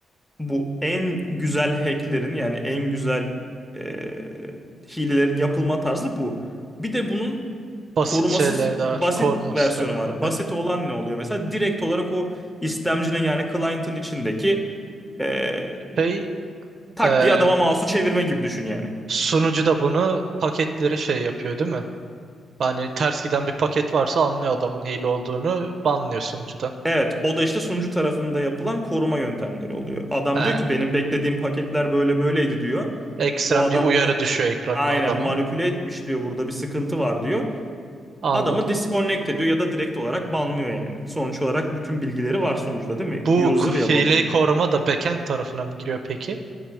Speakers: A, in the centre; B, on the right.
A: bu en güzel hacklerin yani en güzel eee, hilelerin yapılma tarzı bu. Bir de bunun
B: Basit
A: korumasız
B: şeyler de var.
A: basit
B: Koruması
A: versiyonu
B: da.
A: var.
B: Aha.
A: Basit olan ne oluyor? Mesela direkt olarak o istemcinin yani client'ın içindeki eee
B: Şey,
A: tak
B: e,
A: diye adama mouse'u çevirme gibi düşün yani.
B: sunucu da bunu paketleri şey yapıyor değil mi? Hani ters giden bir paket varsa anlıyor adamın hile olduğunu, banlıyor sunucudan.
A: Evet, o da işte sunucu tarafında yapılan koruma yöntemleri oluyor. Adam
B: He,
A: diyor ki benim beklediğim paketler böyle böyleydi diyor.
B: ekstrem
A: Bu adam
B: bir uyarı
A: bunu
B: düşüyor ekranına
A: aynen
B: adamın.
A: manipüle etmiş diyor. Burada bir sıkıntı var diyor.
B: Anladım.
A: Adamı disconnect ediyor ya da direkt olarak banlıyor yani. Sonuç olarak bütün bilgileri var sonuçta değil mi?
B: Bu
A: User
B: ku-
A: ya
B: hileyi
A: bu. adam.
B: koruma da backend tarafına mı giriyor peki